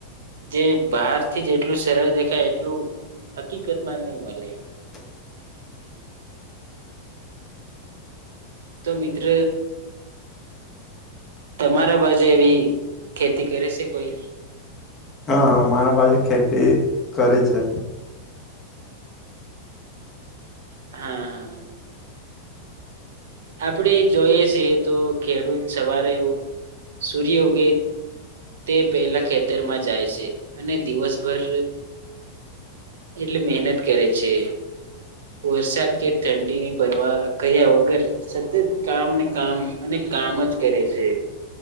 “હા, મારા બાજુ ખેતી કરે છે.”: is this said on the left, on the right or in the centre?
Left